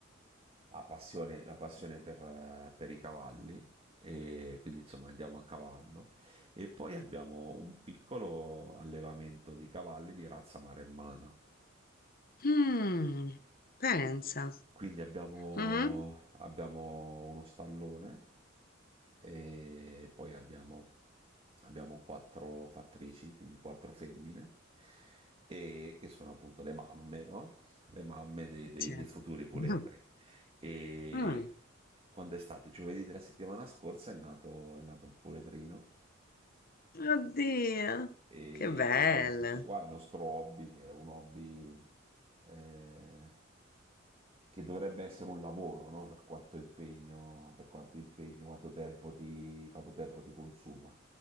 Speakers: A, on the right (about 30°); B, on the left (about 50°).
A: la passione, la passione per, eh, per i cavalli e quindi insomma andiamo a cavallo e poi abbiamo un piccolo allevamento di cavalli di razza maremmana.
B: Mm, pensa.
A: Quindi abbiamo,
B: Mhm.
A: abbiamo uno stallone e poi abbiamo, abbiamo quattro fattrici, quindi quattro femmine, e che sono appunto le mamme, no? Le mamme dei, dei-
B: Cioè,
A: dei futuri puledri.
B: mhm,
A: E
B: mm,
A: quando è stato giovedì della settimana scorsa è nato, è nato un puledrino
B: Oddio,
A: e
B: che bello.
A: diciamo questo qua è il nostro hobby, che è un hobby eh, che dovrebbe essere un lavoro, no? Per quanto impegno, per quanto impegno, quanto tempo ti, quanto tempo ti consuma.